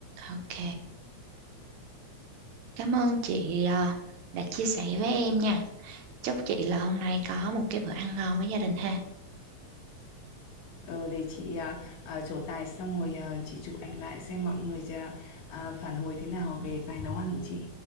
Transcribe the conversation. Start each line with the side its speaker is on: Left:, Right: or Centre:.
Right: ok cảm ơn chị à, đã chia sẻ với em nha chúc chị là hôm nay có một cái bữa ăn ngon với gia đình ha
Left: ờ, để chị, à, à, trổ tài xong rồi, à, chị chụp ảnh lại xem mọi người à, à, phản hồi thế nào về tài nấu ăn của chị.